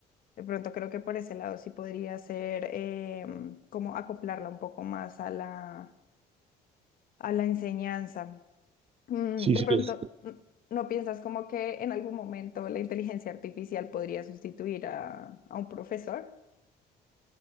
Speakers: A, on the left; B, on the right.
A: De pronto creo que por ese lado sí podría ser em, como acoplarla un poco más a la, a la enseñanza. Mm,
B: Sí,
A: De
B: sí,
A: pronto,
B: es-
A: mm, ¿no piensas como que en algún momento la inteligencia artificial podría sustituir a, a un profesor?